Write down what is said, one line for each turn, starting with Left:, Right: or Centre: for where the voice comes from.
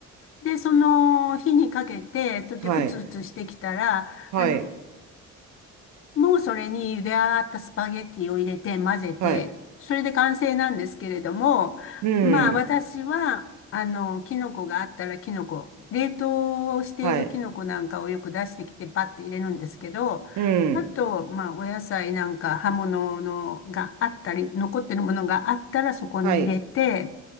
Left: で、その火にかけて、それでふつふつしてきたら、
Right: はい、はい、
Left: あの、もうそれに茹で上がったスパゲッティを入れて混ぜて、
Right: はい、
Left: それで完成なんですけれども、
Right: うん、
Left: まあ私は、あの、キノコがあったらキノコ、冷凍しているキノコなんかをよく出してきてパッて入れるんですけど、
Right: はい、うん。
Left: あと、まあお野菜なんか葉物のがあったり、残ってるものがあったらそこに入れて、
Right: はい、